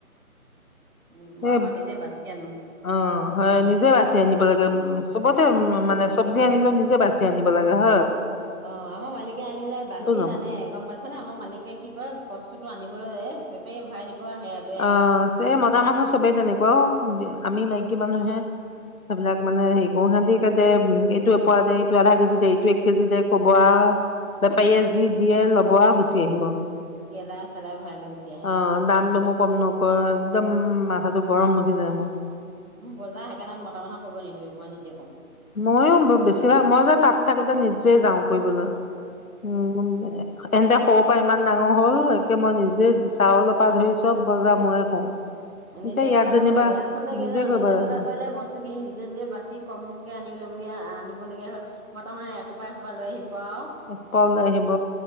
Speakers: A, on the right (about 70°); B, on the left (about 70°).
A: উম
B: সেই
A: মই আকৌ নিজে বাচি আনো
B: অ হয় নিজে বাচি আনিব লাগে উ চবতে উ মানে চব্জি আনিলে নিজে বাচি আনিব লাগে হ।
A: অহ ', আমাৰ মালিকে আনিলে বাচি
B: ল'ম
A: নানে গম পাইছ নে। আমাৰ মালিকে কি কৰে বস্তু আনিবলৈ এহ বেপাৰীয়ে ভৰাই। আহে লৈ আহে
B: অহ
A: আৰু
B: ', সে মতা মানুহ চবেই তেনেকুৱাও আমি অহ ', মাইকি কি মানুহে সেইবিলাক মানে হেৰি গ সে দে উম', এইটো এপোৱা দে এইটো আধা কেজি দে এইটো এক কেজি দে কব আৰু। বেপাৰীয়ে যি দিয়ে ল'ব গুচি। আহিব।
A: গেলা চালাই ভাই ল গুচি আহে।
B: অ', দাম দমো কম নক একদম মাথাটো গৰম উঠি যায় মোৰ।
A: মোৰ বজাৰ সেইকাৰে মতা মানহ কৰিব নিদোৱে মই নিজে কৰো।
B: ময়ো বেছিভাগ মই যে তাত থাকোতে নিজে যাওঁ কৰিবলৈ। উম', - উম ', এহেন্তে খপ ইমান ডাঙৰ হ'ল একে মই নিজে চাউলৰ পৰা ধৰি চব বজাৰ ময়ে কৰো। এতিয়া
A: নিজে বজাৰ
B: ইয়াত যেনিবা
A: কৰিব লাগে আচলতে কি জানা
B: কৰিব
A: নিজে
B: লাগে
A: বজাৰ কৰিলে বস্তু খিনি নিজে - নিজে বাচি কমকে আনিব ল। য়া আনিবলগীয়া হয়। মতামানুহে এসোপা- এসোপা লৈ আহিব আৰু।
B: এশোপা ওলাই আহিব